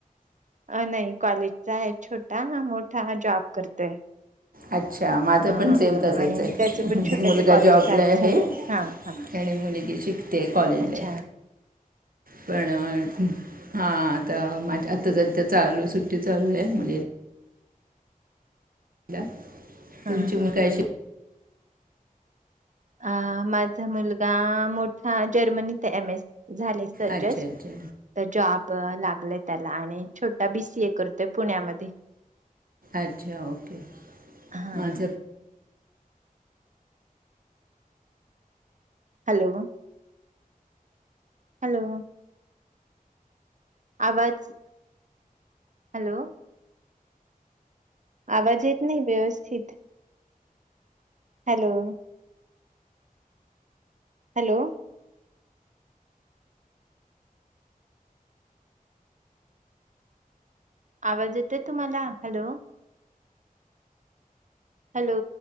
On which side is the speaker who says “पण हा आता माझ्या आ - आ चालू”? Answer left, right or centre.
Right